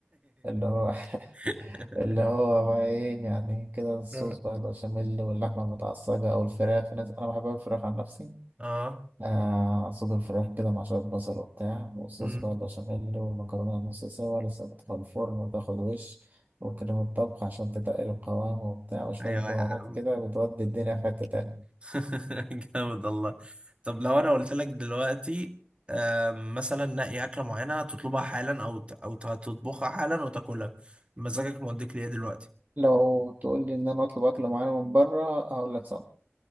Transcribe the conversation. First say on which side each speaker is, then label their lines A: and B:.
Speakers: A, on the right (about 40°); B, on the right (about 25°).
A: اللي هو
B: <laughs>
A: اللي هو بقى ايه يعني كده الصوص
B: آه
A: بقى البشاميل واللحمة المتعصجة أو الفراخ في ناس أنا بحب الفراخ عن نفسي
B: آه.
A: آه صدور الفراخ كده مع شوية بصل وبتاع والصوص
B: أمم.
A: بقى البشاميل والمكرونة نص سوا لسه بتدخل الفرن وتاخد وش وكريمة طبخ عشان تتقل القوام وبتاع وشوية
B: أيوة
A: بهارات
B: يا عم
A: كده بتودي الدنيا في حتة تانية
B: <laughs> جامد الله طب لو أنا قلت لك دلوقتي آم، مثلا نقي أكلة معينة تطلبها حالا أو ت- أو ت- تطبخها حالا وتاكلها مزاجك موديك ليه دلوقتي؟
A: لو تقول لي إن أنا أطلب أكل معين من بره هقول لك صعب